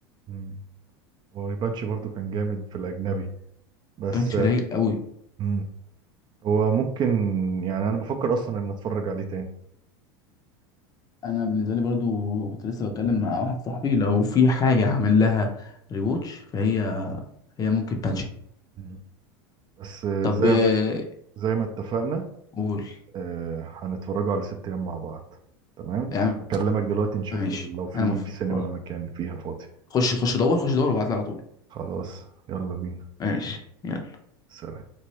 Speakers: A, on the right; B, on the left.
A: امم هو يبانش برضو كان جامد في الأجنبي بس
B: بانشي رايق قوي
A: امم هو ممكن يعني أنا بفكر أصلا إن أتفرج عليه تاني
B: انا بالنسبة لي برضو كنت لسه بتكلم مع واحد صاحبي لو في حاجة هعمل لها ريوتش فهي هي ممكن بانشي
A: مم. بس آه،
B: طب
A: زي
B: آه،
A: ما زي ما اتفقنا
B: قول
A: آه، هنتفرجوا على ست أيام مع بعض تمام
B: يا عم
A: هكلمك دلوقتي نشوف
B: ماشي
A: لو في
B: انا موافق
A: في السينما
B: والله
A: مكان فيها فاضي
B: خش خش دور خش دور وابعت لي على طول
A: خلاص يلا بينا
B: ماشي يلا
A: سلام